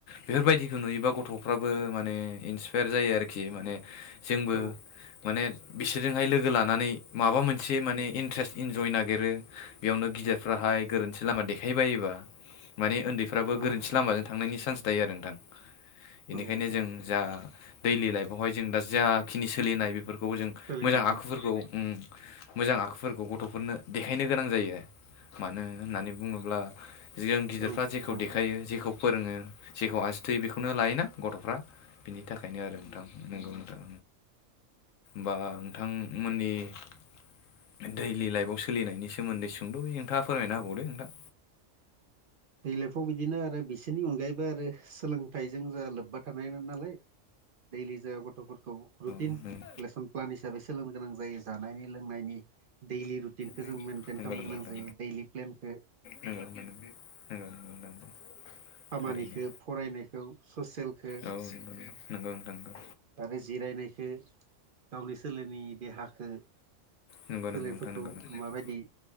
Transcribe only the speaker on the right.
औ
नोंथां औ
नोंथां
औ नोंथां
सोलिनाय
औ
नोंथां
नंगौ
दै्लइफाव बिदिनो आरो बिसोरनि अनगायैबो आरो सोलोंथाइजों लो लोब्बा थानाय नालाय। जा गथ'फोर
रुटिन
लेसन प्लान हिसाबै सोलोंनो गोनां जायो जानायनि लोंनायनि दैलि रुटिनखौ।
जों मेनटेन खालामनो
गोनां जायो दैलि प्लेनखौ
खामानिखौ
फरायनायखौ ससियेलखौ
आरो जिरायनायखौ गावनि सोलेरनि देहाखौ
सोलेरफोरखौ
माबायदि